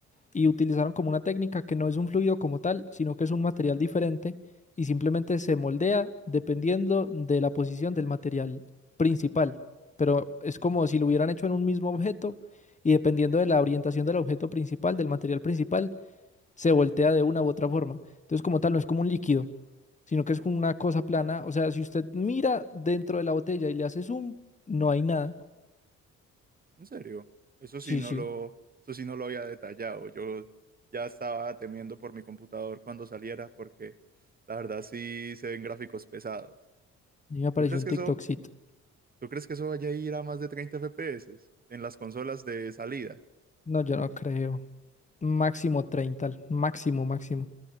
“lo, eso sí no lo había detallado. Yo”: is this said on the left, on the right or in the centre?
Right